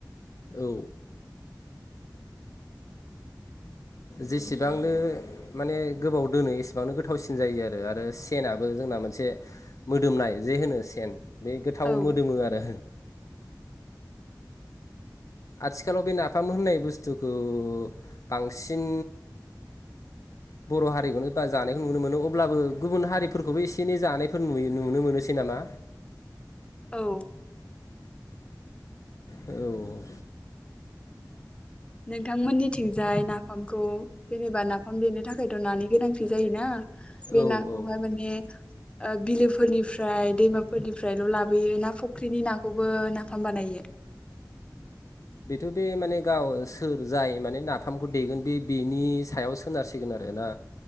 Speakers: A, on the left; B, on the left.
A: औ जेसेबांनो माने गोबाव दोनो एसेबांनो गोथावसिन जायो आरो आरो सेनाबो जोंना मोनसे मोदोमनाय जे होनो सेन। बे गोथाव
B: औ
A: मोदोमो आरो। आथिखालाव बेनो नाफाम होननाय बुस्थुखौ बांसिन बर' हारिखौनो बा जानायखौ नुनो मोनो अब्लाबो गुबुन हारिफोरखौबो एसे एनै जानायफोर नु नुनो मोनोसै दाना।
B: औ।
A: औ।
B: नोंथांमोननिथिंजाय नाफामखौ जेनेबा नाफाम देनो थाखायथ' नानि गोनांथि जायोना। बे
A: औ
B: नाखौहाय
A: औ
B: माने ओ बिलोफोरनिफ्राय दैमाफोरनिफ्रायल' लाबोयो ना फुख्रिनि नाखौबो नाफाम बानायो।
A: बेथ' बे माने गाव सोर जाय माने नाफामखौ देगोन बे बिनि सायाव सोनारसिगोन आरोना।